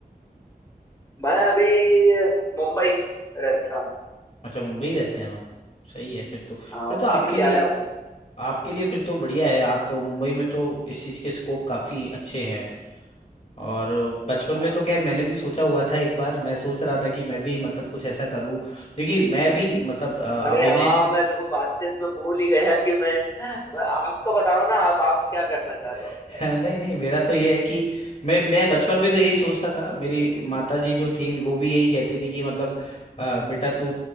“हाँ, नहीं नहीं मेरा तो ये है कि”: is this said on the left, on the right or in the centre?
Left